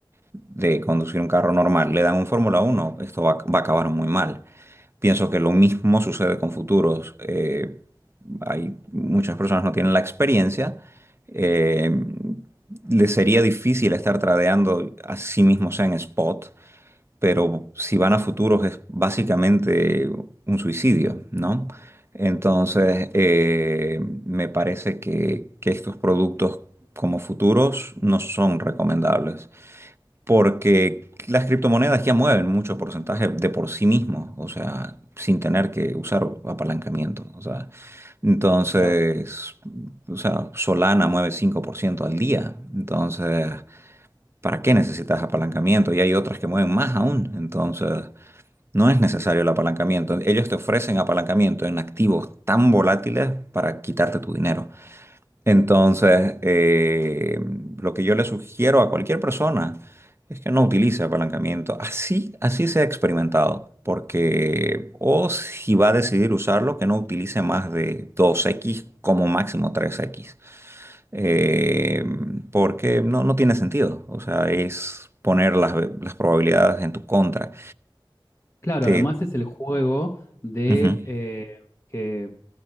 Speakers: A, on the right; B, on the left.
A: de conducir un carro normal, le dan un Fórmula uno esto va, va a acabar muy mal. Pienso que lo mismo sucede con futuros. Eh, hay muchas personas no tienen la experiencia. eh, les sería difícil estar tradeando a sí mismos en spot, pero si van a futuros es básicamente un suicidio, ¿no? Entonces, eh, me parece que, que estos productos como futuros no son recomendables porque las criptomonedas ya mueven mucho porcentaje de por sí mismo, o sea, sin tener que usar apalancamiento, o sea, entonces,
B: Claro.
A: o sea, Solana mueve 5% al día, entonces, ¿para qué necesitas apalancamiento? Y hay otras que mueven más aún, entonces, no es necesario el apalancamiento. Ellos te ofrecen apalancamiento en activos tan volátiles para quitarte tu dinero. Entonces, eh, lo que yo le sugiero a cualquier persona es que no utilice apalancamiento. Así, así se ha experimentado. Porque, o si va a decidir usarlo, que no utilice más de dos x como máximo tres x Eh, porque no, no tiene sentido. O sea, es poner las, las probabilidades en tu contra.
B: Claro,
A: Te,
B: además es el juego de
A: Ujú,
B: eh, que,